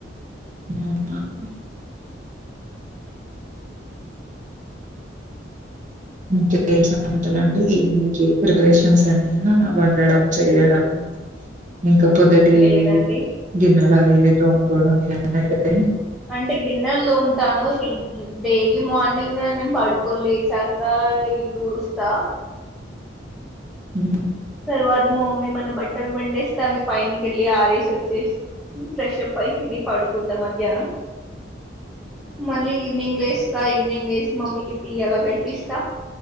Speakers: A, on the right; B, in the centre.
A: మ్ ఇంకేంటి సంగతులు అండి ఈవినింగ్కి ప్రిపరేషన్స్ అయిన్నయా వండడం చెయడం ఇంకా పొద్దుటి
B: లేదండి
A: గిన్నెలు అవి ఇవి తోముకోవడం ఇగ అన్నీ అయిపోయినయా
B: అంటే గిన్నెలు తోముతాను డైలీ మార్నింగ్ నేను పడుకోని లేచాక ఇల్లు ఉడుస్తా
A: మ్
B: తర్వాత మా మమ్మీ ఏమన్నా బట్టలు పిండేస్తే అవి పైన కెళ్ళి ఆరేసి వచ్చి ఫ్రెషప్ అయి తిని పడుకుంటా మధ్యాహ్నం. మళ్ళీ ఈవినింగ్ లేస్తా ఈవినింగ్ లేసి మమ్మీకి టీ అలా పెట్టిస్తా